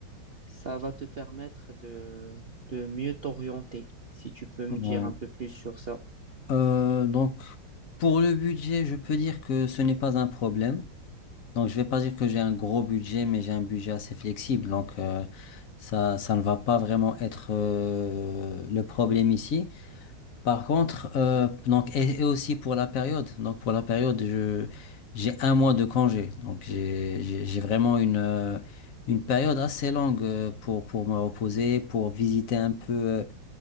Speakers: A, on the right; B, on the left.
A: Ça va te permettre de, de mieux t'orienter, si tu peux me
B: Ouais.
A: dire un peu plus sur ça.
B: Euh, donc, pour le budget, je peux dire que ce n'est pas un problème. Donc, je vais pas dire que j'ai un gros budget, mais j'ai un budget assez flexible. Donc, euh, ça, ça ne va pas vraiment être euh, le problème ici. Par contre, euh, donc, et, et aussi pour la période, donc pour la période, je, j'ai un mois de congé. Donc, j'ai, j'ai j'ai vraiment une, euh, une période assez longue euh, pour, pour me reposer, pour visiter un peu euh,